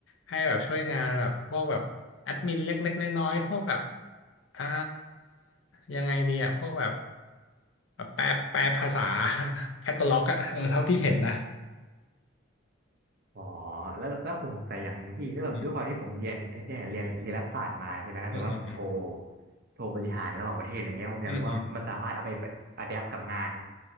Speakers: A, on the left; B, on the right.
A: ให้แบบช่วยงานแบบพวกแบบแอดมินเล็กๆน้อยๆพวกแบบอ่ายังไงดีอะพวกแบบแบบแปลแปลภาษา <laughs> แคตตาล็อกอะเออเท่าที่เห็นนะ
B: อ๋อแล้วแล้วผมสงสัยอย่างหนึ่งพี่แล้วยแบบด้วยความที่ผมเรียนไอ้เนี่ยเรียนเรียนรัฐศาสตร์มาใช่ไหมครับแต่ว่าผมโทร
A: อืมอืมอืมอื
B: โทรบริหารระหว่างประเทศอะไรเงี้ยผมอยากรู้ว่ามันสามารถเอาไปอะแดปกับงาน
A: มอืม